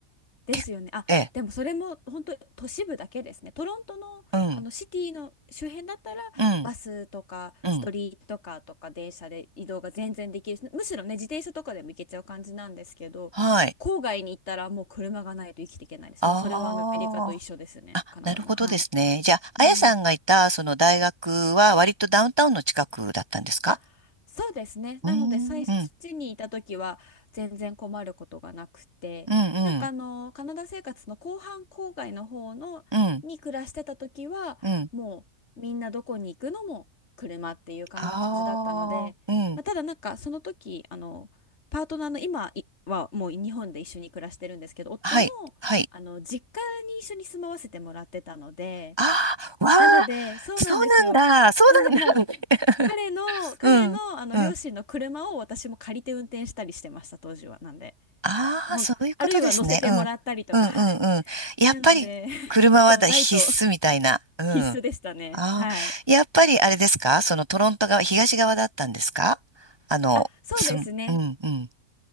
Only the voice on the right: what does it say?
け、
ええ、
うん、
うん、うん、
はい。
ああ、
なるほどですね。
じゃあ、
あやさんがいたその大学は割とダウンタウンの近くだったんですか
うーん、
うん、うん、
うん、
うん、うん。
ああ、うん、
はい、はい。
ああ、わあ、
そうなんだ、そ
うなんだ。
<laughs>
うん、
うん。
ああ、
そういうことですね。
うん。うんうんうん。
やっぱり車はだ必須みたいな。
うん。
ああ、
やっぱりあれですかそのトロント側、東側だったんですかあの、
すん、うんうん。